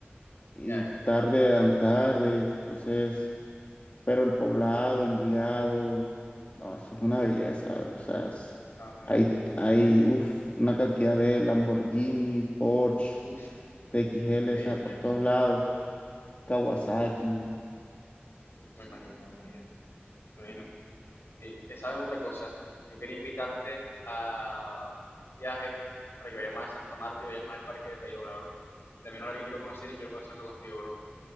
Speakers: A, on the left; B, on the left.
A: y
B: Ya
A: tarde
B: entiendo.
A: eran tarde, entonces. Pero el Poblado, Envigado, no, eso es una belleza, bro. O sea, es-
B: No, me
A: hay,
B: imagino,
A: hay
B: me imagino.
A: uf, una cantidad de Lamborghini, Porsche,
B: Uf,
A: TXL,
B: increíble.
A: o sea, por todos lados, Kawasaki.
B: Me imagino, me imagino. Me imagino. Eh, eh, ¿sabes otra cosa? Yo quería invitarte a un viaje para que vayamos a Santa Marta y vayamos al Parque de Tayrona, bro. Que también es algo que quiero conocer y quiero conocerlo contigo, bro.